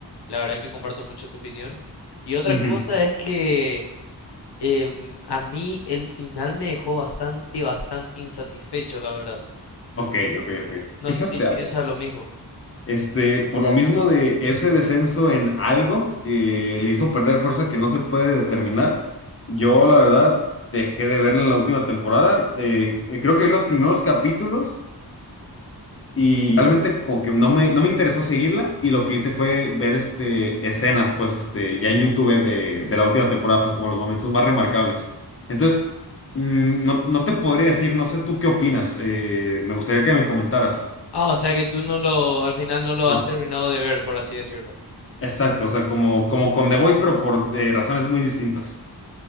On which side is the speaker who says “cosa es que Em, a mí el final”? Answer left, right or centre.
Left